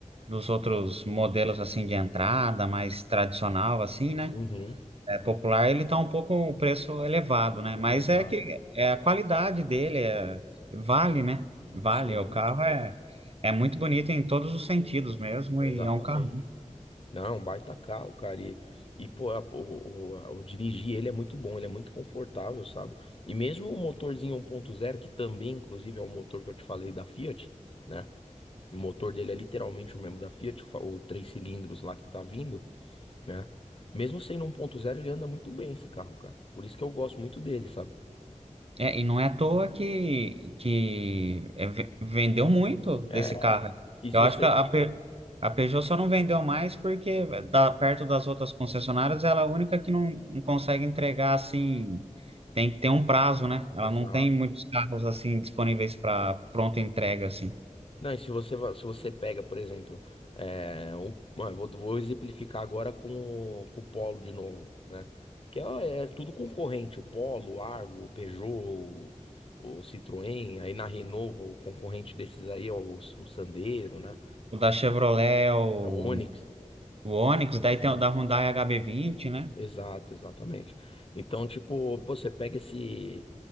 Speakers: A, on the right; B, on the left.
A: dos outros modelos, assim, de entrada, mais tradicional, assim, né?
B: uhum,
A: É, popular ele tá um pouco o preço elevado, né? Mas
B: exato,
A: é que é a qualidade dele é- vale, né? Vale.
B: sim,
A: O carro é, é muito bonito em todos os sentidos mesmo
B: exatamente.
A: e é um carro
B: Não, baita carro, cara. E, e pô, a- o, o, a- o dirigir ele é muito bom, ele é muito confortável, sabe? E mesmo o motorzinho 1.0, que também, inclusive, é o motor que eu te falei da Fiat, né? O motor dele é literalmente o mesmo da Fiat, o fa- o três cilindros lá que tá vindo. né? Mesmo sendo 1.0, ele anda muito bem esse carro, cara. Por isso que eu gosto muito dele, sabe?
A: É, e não é à toa que, que é, ve- vendeu muito
B: É,
A: desse carro.
B: e
A: Eu
B: se você.
A: acho que a, a Pe- a Peugeot só não vendeu mais porque da, perto das outras concessionárias ela é a única que não, não consegue entregar assim. Tem que ter um prazo, né? Ela
B: Exato.
A: não tem muitos carros assim disponíveis para pronta entrega assim.
B: Não, e se você, va- se você pega, por exemplo, é, o, bom, eu vou, vou exemplificar agora com, o- com o Polo de novo, né? Que é, é tudo concorrente, o Polo, o Argo, o Peugeot, o, o Citroën, aí na Renault, o concorrente desses aí é o, o Sandero, né?
A: O da Chevrolet, o,
B: É o Onix.
A: o Onix, daí tem
B: né?
A: o da Hyundai HB20, né?
B: Exato, exatamente. Então, tipo, pô, você pega esse,